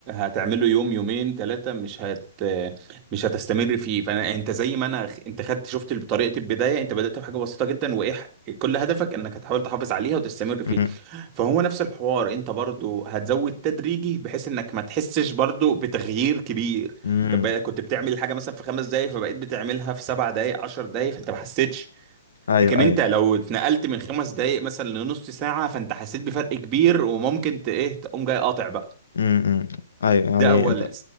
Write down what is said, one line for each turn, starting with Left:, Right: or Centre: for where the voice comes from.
Right: هتعمله يوم يومين ثلاثة مش هت آه، مش هتستمر فيه فانا انت زي ما انا انت خدت شفت طريقة البداية انت بدأت بحاجة بسيطة جدا وايه ح- كل هدفك انك هتحاول تحافظ عليها وتستمر فيها
Left: امم
Right: فهو نفس الحوار انت برضو هتزود تدريجي بحيث انك ما تحسش برضو بتغيير كبير
Left: امم
Right: طب بقى كنت بتعمل الحاجه مثلا في خمس دقايق فبقيت بتعملها في سبع دقايق عشر دقايق فانت ما حسيتش
Left: ايوه
Right: لكن انت
Left: ايوه
Right: لو اتنقلت من خمس دقايق مثلا لنص ساعه فانت حسيت بفرق كبير وممكن ت... ايه تقوم جاي قاطع بقى
Left: امم ايوه يعني
Right: ده اولا
Left: انت